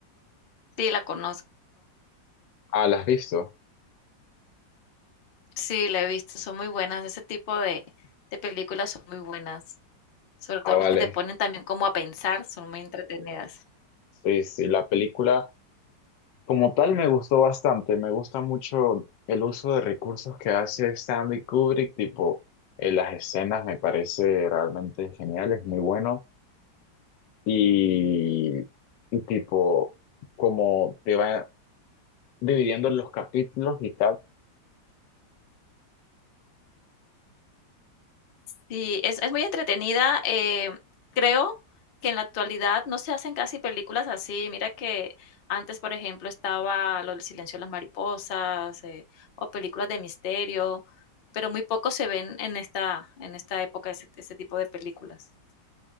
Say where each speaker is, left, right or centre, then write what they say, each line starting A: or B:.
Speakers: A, on the left; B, on the left.
A: Sí, la conozco.
B: Ah, ¿la has visto?
A: Sí, la he visto, son muy buenas. Ese tipo de, de películas son muy buenas. Sobre
B: Ah,
A: todo
B: vale.
A: los que te ponen también como a pensar, son muy entretenidas.
B: Sí, sí, la película. Como tal, me gustó bastante. Me gusta mucho el uso de recursos que hace Stanley Kubrick, tipo eh, las escenas me parece realmente genial, es muy bueno. Y, y tipo, como te va dividiendo los capítulos y tal.
A: Sí, es, es muy entretenida. eh, creo que en la actualidad no se hacen casi películas así. Mira que antes, por ejemplo, estaba lo del silencio de las mariposas, eh, o películas de misterio, pero muy poco se ven en esta, en esta época ese, ese tipo de películas.